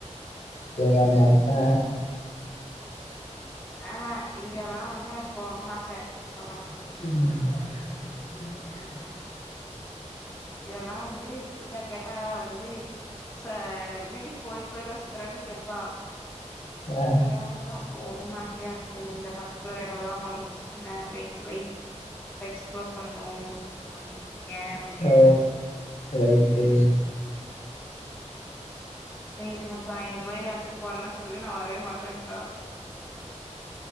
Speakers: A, on the left (about 65°); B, on the left (about 15°).
A: கேத்தார்னாத்தா
B: ஆமா இங்கெல்லா வந்து எனக்கு போரோன்னு ஆச அவ்ளோதா
A: ம் <inaudible>
B: இதெல்லா வந்து கீதா கேட்டா வந்து ச என்னாடி கோயில் கோயிலா சுத்தறன்னு கேப்பா
A: ஆ,
B: இல்ல மச்சா போணுன்னு ஆசையா இருக்கு இந்த பர்டிகுலர் எடம்ல்லா ஒன்ஸ் சில லைப் இப் எக்ஸ்பிளோர் பண்ணோ அப்டின்ட்ருக்கே அப்டிட்டுருக்
A: ஓ
B: அ
A: ரைட்டு
B: வெயிட்டு மச்சாய் இந்த மாரி எடத்துக்கு போறேன்னா சொல்லு நா வரவே மாட்டேன்ட்டா